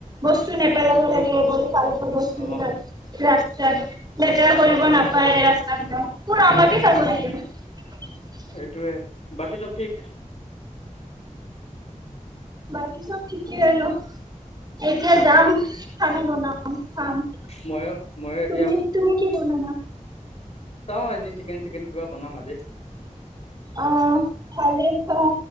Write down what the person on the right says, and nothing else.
বস্তু নেপেলাব
লাগে এইবোৰ ভালক বস্তুবিলাক
লেতেৰা কৰিব নাপায় হয় ৰাস্তা বিলাক সেইবোৰ আমাকে চাব লাগিব
বাকী চব ঠিকেই আৰু। এতিয়া যাম খানা বনাম খাম তুমি-তুমি
কি বনাবা?
অ', ভালেই খোৱা।